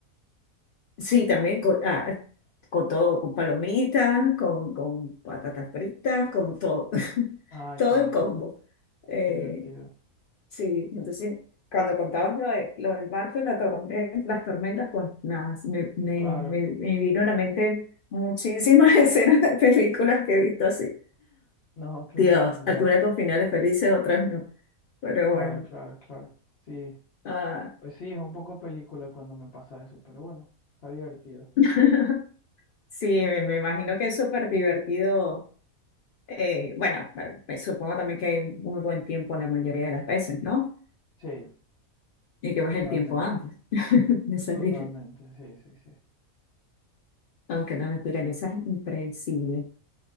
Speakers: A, on the left; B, on the left.
A: Sí, también con, ah, con todo, con palomitas, con, con patatas fritas, con todo, <laughs>
B: Ay,
A: todo
B: qué bien,
A: el combo. Eh,
B: qué divertido.
A: sí, entonces cuando contabas lo, de- lo del barco y la torme- las tormentas, pues nada, me, me,
B: Claro,
A: me, me vino a la mente muchísimas <laughs> escenas de películas que he visto así.
B: no, claro,
A: Dios,
B: normal.
A: algunas con finales felices, otras no. Pero
B: Claro,
A: bueno,
B: claro, claro. Sí,
A: ah,
B: pues sí, es un poco película cuando me pasa eso, pero bueno, está divertido.
A: <laughs> sí, me, me imagino que es súper divertido Eh, bueno, pero me supongo también que hay un buen tiempo la mayoría de las veces, ¿no?
B: Sí,
A: Y que ves
B: totalmente,
A: el tiempo antes <laughs> de salir,
B: totalmente, sí, sí, sí.
A: aunque la naturaleza es impredecible.